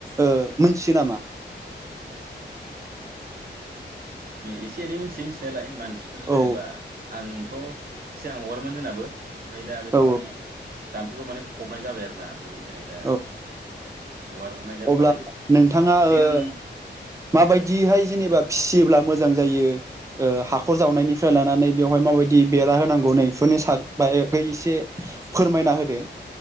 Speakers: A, on the right; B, on the right.
A: ओ मोनथियो नामा?
B: एसे एनै मिथियोै मिथिनायालाय मानसिफोर
A: औ
B: जेनेबा आंथ' सिगां हगारोमोन जोंनाबो ओमफ्राय दा बेखौ
A: औ
B: माने जाम्फैखौ माने फबनाय जाबाय आरो ना ओमफ्राय बेनि थाखाय दा
A: औ
B: हगारनाय जाथ'वाखै
A: अब्ला नोंथाङा
B: सिगां
A: ओ माबायदिहाय जेनेबा फिसियोब्ला मोजां जायो? ओ हाखर जावनायनिफ्राय लानानै बेवहाय माबायदि बेरा होनांगौ नै बेफोरनि सा बाखै एसे फोरमायना होदो।